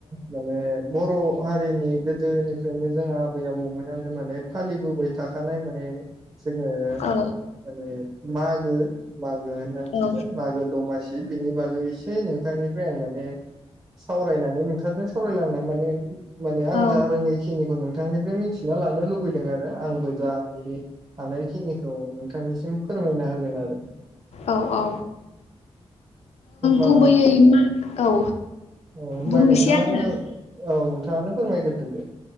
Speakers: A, on the right; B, on the left.
A: माने बर' हारिनि गोदोनिफ्रायनो जों आबै आबौमोनानो माने फालिबोबाय थाखानाय माने जोङो
B: औ
A: माने मागो मागो होननांसिगोन
B: औ
A: मागो दमासि बिनि बागै एसे नोंथांनि फ्राय माने सावरायनानै नोंथांजों सावरायलांना माने माने आं
B: औ
A: जा रोङै खिनिखौ नों नोंथांनिफ्राय मिथिना लानो लुुबैदों आरो आंबो जा आंनि हानायखिनिखौ नोंथांनिसिम फोरमायना होगोन आरो
B: औ औ
A: होमबा
B: गुबैयै मा औ
A: औ होनबा
B: बुंनोसै
A: नोंथाङानो
B: आङो
A: औ नोंथाङानो फोरमायग्रोदो दे